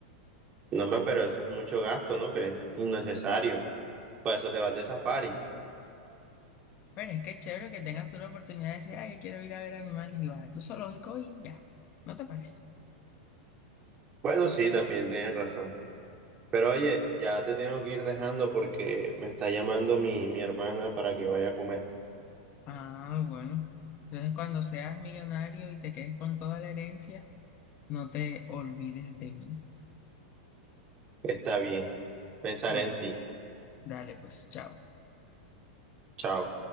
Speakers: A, on the right; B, on the left.
A: No, hombre, pero eso es mucho gasto, ¿no crees? Innecesario. Para eso te vas de safari.
B: Pero es que es chévere que tengas tú la oportunidad de decir, ay, yo quiero ir a ver animales y vas a tu zoológico y ya. ¿No te parece?
A: Bueno, sí, también tienes razón. Pero oye, ya te tengo que ir dejando porque me está llamando mi, mi hermana para que vaya a comer.
B: Ah, bueno. Entonces, cuando seas millonario y te quedes con toda la herencia, no te olvides de mí.
A: Está bien. Pensaré
B: Bueno,
A: en ti.
B: dale, pues, chao.
A: Chao.